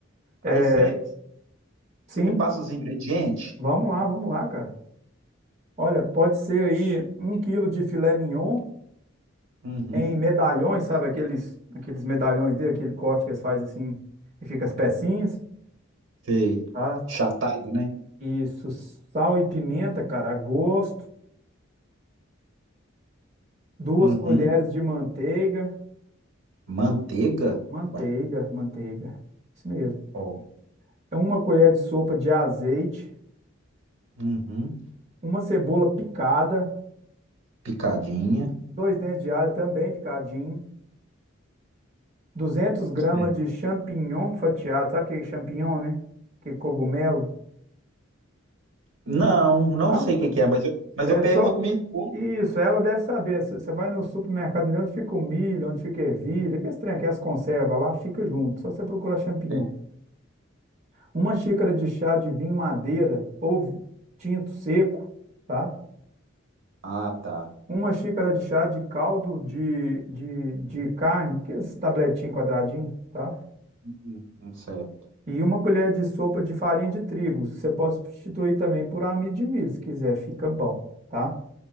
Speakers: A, on the right; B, on the right.
A: Aí
B: É,
A: você
B: Sim,
A: você me passa os ingredientes.
B: vamos lá, vamos lá, cara. Olha, pode ser aí um quilo de filé mignon
A: Uhum.
B: em medalhões, sabe? Aqueles, aqueles medalhões dele, aquele corte que eles fazem assim e fica as pecinhas,
A: Sei.
B: tá?
A: Chatada, né?
B: Isso, sal e pimenta, cara, a gosto. Duas
A: Uhum.
B: colheres de manteiga.
A: Manteiga.
B: Manteiga,
A: Ué.
B: manteiga. Isso mesmo.
A: Ó.
B: É Uma colher de sopa de azeite,
A: Uhum.
B: uma cebola picada,
A: Picadinha.
B: dois dentes de alho também picadinho 200 gramas
A: Sei.
B: de champignon fatiado. Sabe o que é champignon, né? Que é cogumelo.
A: Não, não
B: Nossa,
A: sei o que que é, mas eu, mas
B: é
A: eu pergunto
B: só
A: minha esposa.
B: isso. Ela deve saber. Você você vai no supermercado ali onde fica o milho, onde fica a ervilha, que é estranho, que as conservas lá, fica junto. Só você procurar champignon.
A: É.
B: Uma xícara de chá de vinho madeira ou vi- tinto seco, tá?
A: Ah, tá.
B: Uma xícara de chá de caldo de, de, de carne, que é esse tabletinho quadradinho, tá?
A: Uhum. Não sei.
B: E uma colher de sopa de farinha de trigo. Você pode substituir também por amido de milho, se quiser, fica bom, tá?